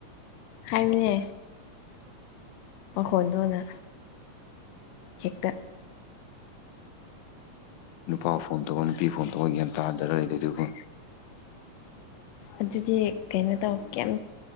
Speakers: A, on the left; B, on the left.
A: ꯍꯥꯏꯝꯅꯦ ꯃꯈꯣꯟꯗꯣꯅ ꯍꯦꯛꯇ
B: ꯅꯨꯄꯥ ꯐꯣꯟ ꯇꯧꯕ ꯅꯨꯄꯤ ꯐꯣꯟ ꯇꯧꯕ ꯒ꯭ꯌꯥꯟ ꯇꯥꯗꯔ ꯑꯩ ꯒꯤ ꯗꯨ ꯕꯨ
A: ꯑꯗꯨꯗꯤ ꯀꯩꯅꯣ ꯇꯧ ꯀꯦꯝ